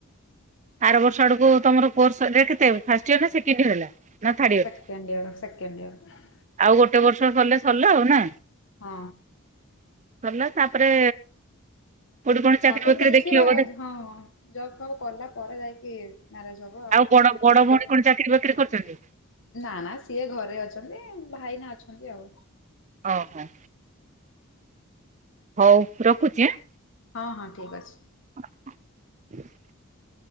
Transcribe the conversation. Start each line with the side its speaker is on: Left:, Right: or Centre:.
Right: ଆର ବର୍ଷ ଆଡକୁ ତମର କୋର୍ସ ସରିଲେ କେତେ ଫାଷ୍ଟିୟର ନା ସେକେଣ୍ଡିୟର ହେଲା। ନା ଥାର୍ଡ ଇୟର
Left: ସେକେଣ୍ଡିୟର ସେକେଣ୍ଡିୟର।
Right: ଆଉ ଗୋଟେ ବର୍ଷ ସରିଲେ ସରିଲା ଆଉ ନା।
Left: ହଁ।
Right: ସରିଲା ତାପରେ କୋଉଠି କଣ ଚାକିରି
Left: ତାପରେ
Right: ବାକିରି
Left: ଦେଖିବା
Right: ଦେଖିବ ବୋଧେ
Left: ହଁ ଜବ ଫବ କଲା ପରେ ଯାଇକି କି ମ୍ୟାରେଜ ହବ ଆଉ
Right: ବଡ
Left: ତା ମାନେ
Right: ବଡ
Left: ପାଠ
Right: ଭଉଣୀ କଣ ଚାକିରି ବାକିରି କରିଛନ୍ତି?
Left: ନା ନା ସିଏ ଘରେ ଅଛନ୍ତି ଭାଇନା ଅଛନ୍ତି ଆଉ
Right: ଓହୋ। ହୋଉ ରଖୁଚି ଆଁ।
Left: ହଁ ହଁ ଠିକ୍ ଅଛି।
Right: <inaudible>